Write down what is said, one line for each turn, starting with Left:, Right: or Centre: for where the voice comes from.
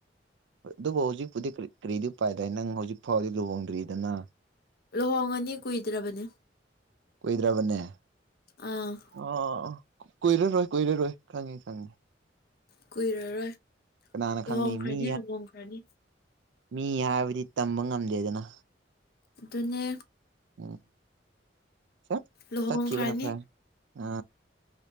Right: ꯑꯗꯨꯕꯨ ꯍꯧꯖꯤꯛꯄꯨꯗꯤ ꯀꯔꯤꯗꯤ ꯄꯥꯏꯗꯏ ꯅꯪ ꯍꯧꯖꯤꯛ ꯐꯥꯎꯕꯗꯤ ꯂꯨꯍꯣꯡꯗ꯭ꯔꯤꯗꯅ
Left: ꯂꯨꯍꯣꯡꯉꯅꯤ ꯀꯨꯏꯗ꯭ꯔꯕꯅꯤ
Right: ꯀꯨꯏꯗ꯭ꯔꯥꯕꯅꯦ
Left: ꯑꯥ
Right: ꯑ ꯀꯣꯏꯏꯔꯔꯣꯏ ꯀꯣꯏꯏꯔꯔꯣꯏ ꯈꯪꯉꯤ ꯈꯪꯉꯦ
Left: ꯀꯨꯏꯔꯔꯣꯏ
Right: ꯀꯅꯥꯅ
Left: ꯂꯨꯍꯣꯡꯈ꯭ꯔꯅꯤ
Right: ꯈꯪꯅꯤ ꯃꯤ
Left: ꯂꯨꯍꯣꯡꯈ꯭ꯔꯅꯤ
Right: ꯃꯤ ꯍꯥꯏꯕꯗꯤ ꯇꯝꯕ ꯉꯝꯗꯦꯗꯅ
Left: ꯑꯗꯨꯅꯦ
Right: ꯎꯝ ꯆꯠ
Left: ꯂꯨꯍꯣꯡꯈ꯭ꯔꯅꯤ
Right: ꯆꯥꯛ ꯀꯈꯤꯕ ꯅꯄꯥꯥꯏ ꯑ